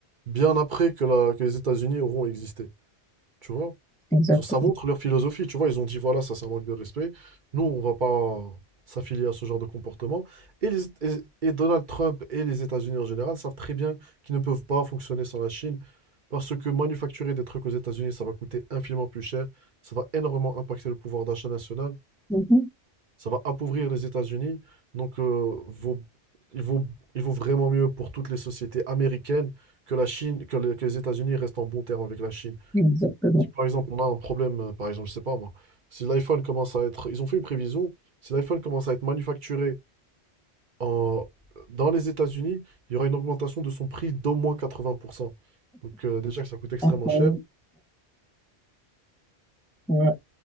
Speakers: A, on the right; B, in the centre.
A: bien après que, la- que les États-Unis auront existé. Tu vois?
B: exactement.
A: Genre, ça montre leur philosophie, tu vois, ils ont dit, voilà, ça c'est un manque de respect, nous, on va pas s'affilier à ce genre de comportement. Et, les- et- et Donald Trump et les États-Unis en général savent très bien qu'ils ne peuvent pas fonctionner sans la Chine, parce que manufacturer des trucs aux États-Unis, ça va coûter infiniment plus cher, ça va énormément impacter le pouvoir d'achat national,
B: Mhm.
A: ça va appauvrir les États-Unis, donc euh, vaut- il vaut, il vaut vraiment mieux pour toutes les sociétés américaines que la Chine, que les, que les États-Unis restent en bon terme avec la Chine.
B: Exactement.
A: Si par exemple on a un problème, euh, par exemple, je sais pas moi, si l'iPhone commence à être, ils ont fait une prévision, si l'iPhone commence à être manufacturé en, dans les États-Unis, il y aura une augmentation de son prix d'au moins 80%. Donc euh, déjà que ça coûte extrêmement
B: Incroyable.
A: cher.
B: Ouais.